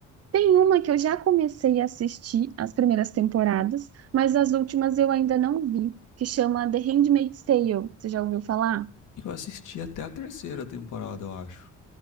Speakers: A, on the right; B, on the left.
A: tem uma que eu já comecei a assistir as primeiras temporadas, mas as últimas eu ainda não vi, que chama The Handmaid's Tale. Você já ouviu falar?
B: Eu assisti até a terceira temporada, eu acho.